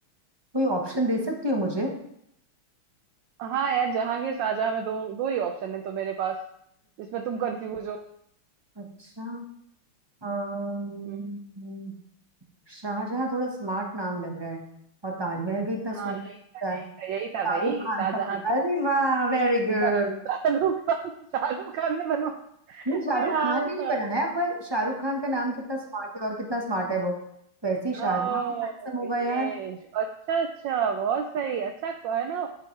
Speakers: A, on the right (about 20°); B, on the right (about 70°).
A: कोई ऑप्शन दे सकती हो मुझे
B: हाँ यार जहांगीर शाहजहां में दो दो ही ऑप्शन है तो मेरे पास इसमें तुम कंफ्यूज हो
A: अच्छा अम्म,
B: हम्म,
A: शाहजहां थोड़ा स्मार्ट नाम लग रहा है और ताजमहल भी इतना सुंदर
B: हाँ ये
A: दिखता है शाहरुख
B: यही था भाई
A: खान
B: शाहजहां
A: का
B: था
A: अरे वाह वेरी गुड
B: शा- शाहरुख खान शाहरुख खान ने बनवाया <laughs>
A: नहीं शाहरुख
B: यार
A: खान ने
B: मतलब
A: नहीं बनाया पर शाहरुख खान का नाम कितना स्मार्ट है और कितना स्मार्ट है वो वैसे ही शाहजहां
B: ओ
A: भी हैंडसम होगा यार
B: ये अच्छा अच्छा बहुत सही अच्छा है ना